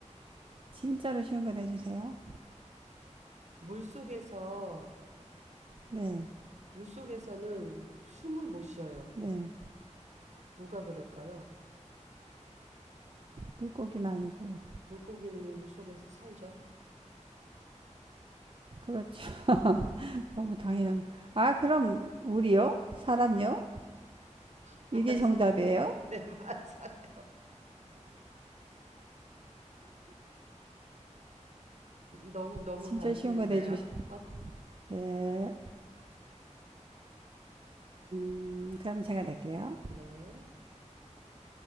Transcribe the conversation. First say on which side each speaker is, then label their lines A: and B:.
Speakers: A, on the right; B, on the right.
A: 진짜로 쉬운 거 내주세요.
B: 물 속에서,
A: 네,
B: 물 속에서는 숨을 못 쉬어요.
A: 네.
B: 누가 그럴까요?
A: 물고기는 아니고.
B: 물고기는 물 속에서 살죠.
A: 그렇죠. 너무 당연한. 아, 그럼 우리요? 사람요?
B: <laughs> 맞아.
A: 이게 정답이에요?
B: 네, 맞아요. 너무, 너무
A: 진짜
B: 단순했나요?
A: 쉬운 거 내주셔.
B: 어?
A: 네. 음, 그럼 제가 낼게요.
B: 네.